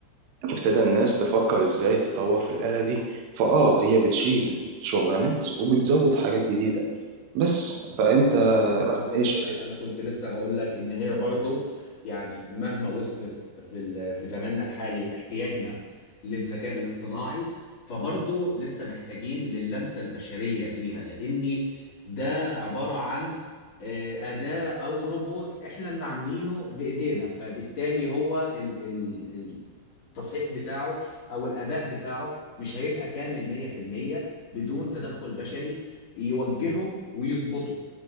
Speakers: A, on the right (about 70°); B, on the left (about 45°).
A: ابتدى الناس تفكر إزاي تطور في الآلة دي فآه هي بتشيل شغلانات وبتزود حاجات جديدة بس فأنت
B: بالظبط انا كنت
A: مثلا
B: لسه
A: إيه شايف
B: انا كنت لسه هقول لك ان هي برضو يعني مهما وصلت في ال- في زماننا الحالي احتياجنا للذكاء الاصطناعي فبرضو لسه محتاجين للمسة البشرية فيها لان ده عبارة عن آه، أداة او روبوت احنا اللي عاملينه بايدينا فبالتالي هو ال- ال- ال- التصحيح بتاعه او الاداء بتاعه مش هيبقى كامل 100% بدون تدخل بشري يوجهه ويظبطه